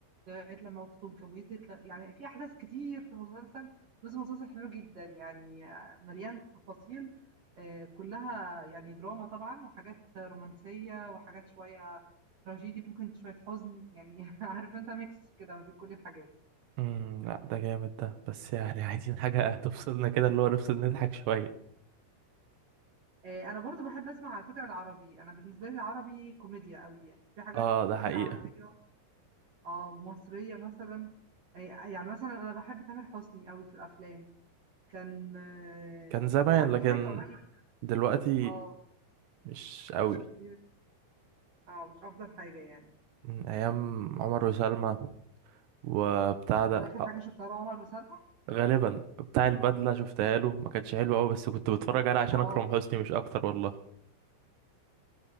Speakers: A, on the right (about 45°); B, on the right (about 75°).
A: لغايه لما اخته اتجوزت ل- يعني في احداث كتير في المسلسل بس مسلسل حلو جدا يعني آه، مليان تفاصيل آه، كلها يعني دراما طبعا وحاجات رومانسيه وحاجات شويه تراجيدي ممكن شويه حزن يعني <laughs> عارف انت ميكس كده ما بين كل الحاجات
B: امم لا ده جامد ده بس يعني <laughs> عايزين حاجة تفصلنا كده اللي هو نفصل نضحك شوية
A: آه، انا برضو بحب اسمع على فكرة العربي انا بالنسبة لي العربي كوميديا قوي يعني في حاجات
B: اه
A: كتير
B: ده حقيقة
A: عربية اه ومصرية مثلا آه، يعني مثلا انا بحب تامر حسني قوي في الافلام كان آه،
B: كان زمان
A: كان عامل
B: لكن
A: حاجة قريب
B: دلوقتي
A: اه
B: مش قوي
A: مش كتير اه مش افضل حاجة يعني
B: من ايام عمر وسلمى وبتاع ده
A: كانت
B: آه
A: اخر حاجة شفتها له عمر وسلمى
B: غالبا بتاع البدلة شفتها له ما كانتش حلوة قوي بس كنت بتفرج عليه عشان
A: اه
B: اكرم حسني مش اكتر والله